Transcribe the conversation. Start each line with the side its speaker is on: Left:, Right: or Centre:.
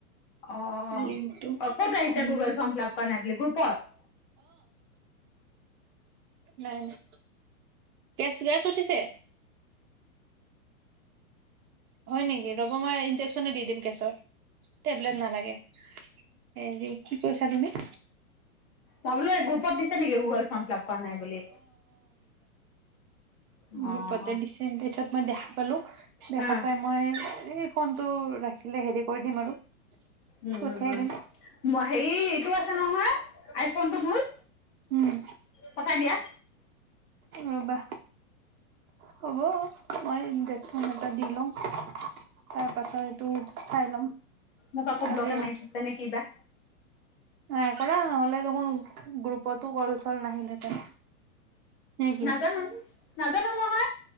Left: অ-অ-অ
Right: লিংকটো
Left: ক'ত আহিছ
Right: উম
Left: গুগল ফৰ্ম ফ্লপ কৰা নাই বুলি গুপট
Right: নাই-নাই কেছ গেছ উঠিছে? হয় নেকি ৰ'ব মই ইনজেকচনে দি দিম কেছত টেবলেট নালাগে, হেৰি কি কৈছা তুমি?
Left: ভাবলো গ্ৰুপত দিছে নেকি গুগল ফ্ম ফিল আপ কৰা নাই বুলি? অ
Right: গুপত দিছে দেথত মই দেখা পালোঁ। দেখা
Left: হা
Right: পাই মই এই ফোনটো ৰাখিলে হেৰি কৰি দিম আৰু
Left: উম
Right: পঠিয়াই
Left: উম উম
Right: দিম
Left: হেৰি এইটো আছে নহয়। আইফোনটো মোৰ
Right: উম
Left: পঠাই দিয়া
Right: ৰবা হ'ব মই ইনজেকচন এটা দি লওঁ তাৰ পাছত এইটো চাই ল'ম।
Left: মোক আকৌ
Right: আজি
Left: ব্লকে মাৰি থচ নে কিবা
Right: নাই কৰা নহ'লে দেখোন গ্ৰুপতো কল চল নাহিলহেঁতেন নে কি
Left: নাজানো নাজানো নহয়